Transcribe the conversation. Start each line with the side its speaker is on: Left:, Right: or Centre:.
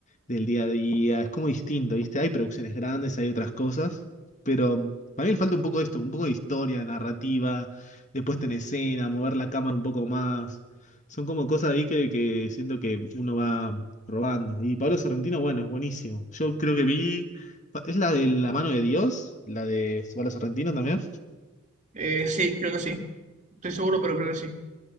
Left: del día a día. Es como distinto, ¿viste? Hay producciones grandes, hay otras cosas, pero para mí le falta un poco de esto, un poco de historia, de narrativa, de puesta en escena, mover la cámara un poco más. Son como cosas ahí que, que siento que uno va robando. Y Pablo Sorrentino, bueno, es buenísimo. Yo creo que vi. ¿Es la de La mano de Dios? ¿La de Pablo Sorrentino también?
Right: Eh, sí, creo que sí. Estoy seguro, pero creo que sí.